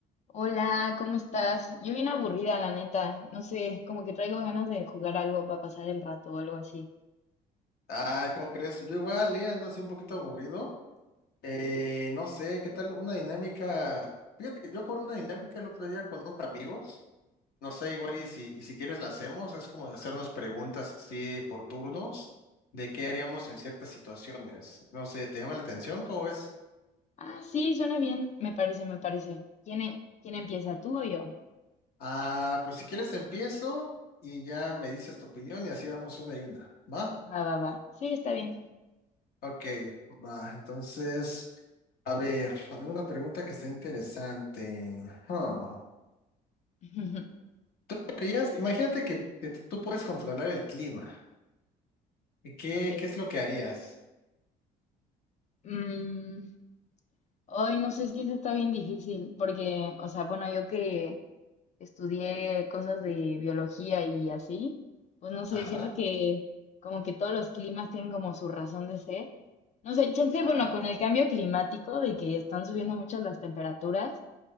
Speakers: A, on the left (about 45°); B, on the left (about 65°).
A: Hola, ¿cómo estás? Yo bien aburrida, la neta. No sé, como que traigo ganas de jugar algo para pasar el rato o algo así.
B: Ah, ¿cómo crees? Yo igual, eh, ando así un poquito aburrido. Eh, no sé, ¿qué tal una dinámica? Fíjate que yo jugué una dinámica el otro día con unos amigos. No sé, igual y si, y si quieres la hacemos, es como de hacernos preguntas así por turnos de qué haríamos en ciertas situaciones. No sé, ¿te llama la atención? ¿Cómo ves?
A: Ah, sí, suena bien, me parece, me parece. ¿Quién, e- quién empieza, tú o yo?
B: Ah, pues si quieres empiezo y ya me dices tu opinión y así vamos una y una. ¿Va?
A: Va, va, va. Sí, está bien.
B: Ok, va. Entonces, a ver, alguna pregunta que está interesante. Huh.
A: <laughs>
B: ¿Tú qué harías? Imagínate que, que tú puedes controlar el clima. ¿Y ¿Qué,
A: Ok.
B: qué es lo que harías?
A: Mm, hoy no sé, es que eso está bien difícil, porque, o sea, bueno, yo que estudié cosas de biología y así, pues no sé,
B: Ajá,
A: siento que como que todos los climas tienen como su razón de ser. No sé, chance,
B: ajá,
A: bueno, con el cambio climático de que están subiendo muchas las temperaturas,